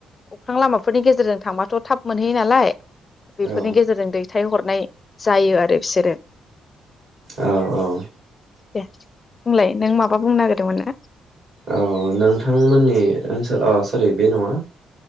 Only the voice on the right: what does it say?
औ
औ औ
औ नोंथां मोननि ओनसोल अ सरि बे नङा